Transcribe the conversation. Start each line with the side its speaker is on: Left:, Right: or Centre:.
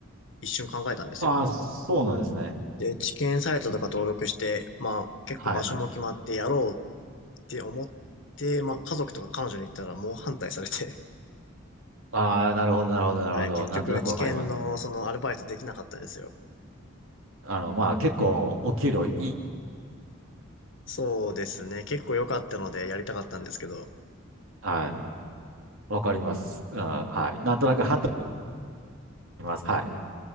Left: 一瞬考えたんですよ。
Right: ああ、そうなんですね。
Left: で、知見サイトとか登録して、まあ、結構場所も決まってやろう
Right: はい。
Left: って思って、まあ、家族とか彼女に言ったら猛反対されて、
Right: ああ、なるほど、なるほど、
Left: <laughs>
Right: なるほど。
Left: はい、結局、
Right: なんとなくわかります。
Left: 知見のそのアルバイトできなかったんですよ。
Right: あの、まあ、結構、お給料いい。
Left: そうですね。結構良かったのでやりたかったんですけど。
Right: はい。わかります。うん、はい。なんとなく半端あります。はい。